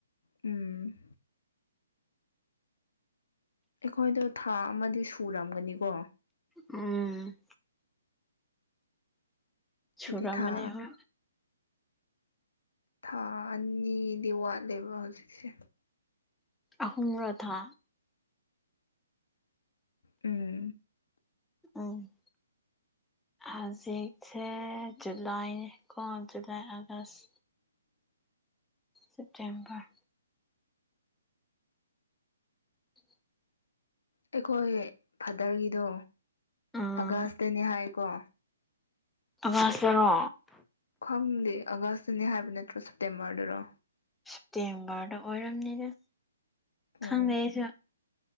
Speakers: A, on the left; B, in the centre.
A: ꯎꯝ ꯑꯩꯈꯣꯏꯗꯣ ꯊꯥ ꯑꯃꯗꯤ ꯁꯨꯔꯝꯒꯅꯤꯀꯣ
B: ꯎꯝ
A: ꯑꯗꯨꯗꯤ
B: ꯁꯨꯔꯝꯒꯅꯤ
A: ꯊꯥ
B: ꯍꯣꯢ
A: ꯊꯥ ꯑꯅꯤꯗꯤ ꯋꯥꯠꯂꯦꯕ ꯍꯧꯖꯤꯛꯁꯦ
B: ꯑꯍꯨꯝꯔ‌ꯣ ꯊꯥ
A: ꯎꯝ
B: ꯑꯝ ꯍꯧꯖꯤꯛꯁꯦ ꯖꯨꯂꯥꯏꯅꯤꯀꯣ ꯖꯨꯂꯥꯏ ꯑꯥꯒꯁ
A: <inaudible>
B: ꯁꯦꯞꯇꯦꯝꯕꯔ <inaudible>
A: ꯑꯩꯈꯣꯏ ꯐꯥꯗꯔꯒꯤꯗꯣ
B: ꯎꯝ
A: ꯑꯥꯒꯁꯇꯅꯦ ꯍꯥꯏꯀꯣ
B: ꯑꯥꯒꯁꯇꯔꯣ
A: ꯈꯪꯗꯦ ꯑꯥꯒꯁꯇꯅꯦ ꯍꯥꯏꯕ ꯅꯠꯇ꯭ꯔꯣ ꯁꯦꯞꯇꯦꯝꯕꯔꯗꯔꯣ
B: ꯁꯦꯞꯇꯦꯝꯕꯔꯗ ꯑꯣꯏꯔꯝꯅꯤꯗ
A: ꯎꯝ
B: ꯈꯪꯗꯦ ꯑꯩꯁꯨ